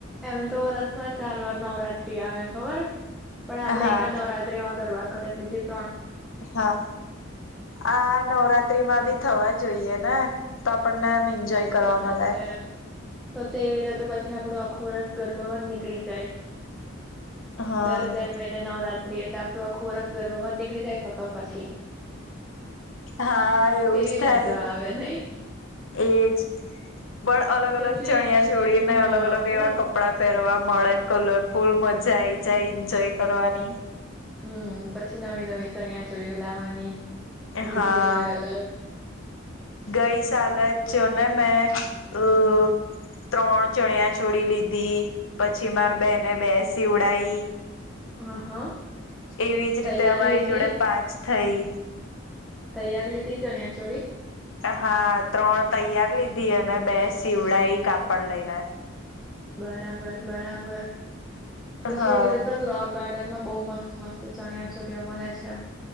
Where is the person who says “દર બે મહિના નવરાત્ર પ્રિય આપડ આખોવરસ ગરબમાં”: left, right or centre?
Centre